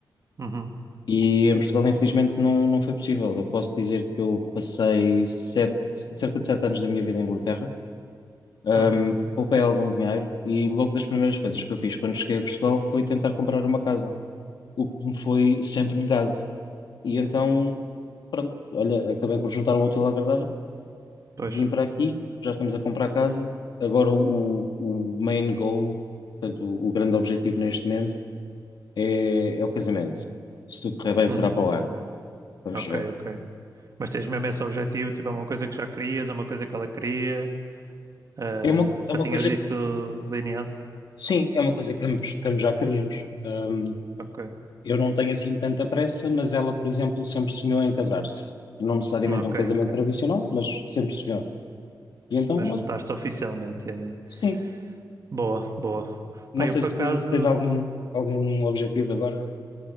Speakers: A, on the right (about 50°); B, on the left (about 80°).
A: Uhum,
B: E em Portugal, infelizmente, não, não foi possível. Eu posso dizer que eu passei sete, cerca de sete anos da minha vida em Inglaterra, Ahm,
A: uhum,
B: poupei algum dinheiro e logo das primeiras coisas que eu fiz quando cheguei a Portugal foi tentar comprar uma casa, o que me foi sempre negado. E então, pronto, olha, acabei por juntar o útil ao agradável
A: pois.
B: vim para aqui, já estamos a comprar casa. Agora o, o main goal, portanto, o, o grande objetivo neste momento é, é o casamento. Se tudo correr bem,
A: Uhum.
B: será para o ano. Vamos
A: Ok,
B: ver.
A: ok. Mas tens mesmo esse objetivo, tipo, é uma coisa que já querias, é uma coisa que ela queria, eh,
B: É uma,
A: já
B: é uma
A: tinhas
B: coisa
A: isso
B: que,
A: delineado?
B: sim, é uma coisa que ambos, que ambos já queríamos. Hum,
A: Ok,
B: eu não tenho assim tanta pressa, mas ela, por exemplo, sempre sonhou em casar-se. Não necessariamente
A: ok,
B: um casamento
A: ok.
B: tradicional, mas sempre sonhou. E então
A: Mas
B: eu
A: juntar-se oficialmente, yeah, yeah.
B: sim.
A: Boa, boa.
B: Não
A: Pá,
B: sei
A: eu por
B: se,
A: acaso,
B: se tens algum, algum objetivo agora.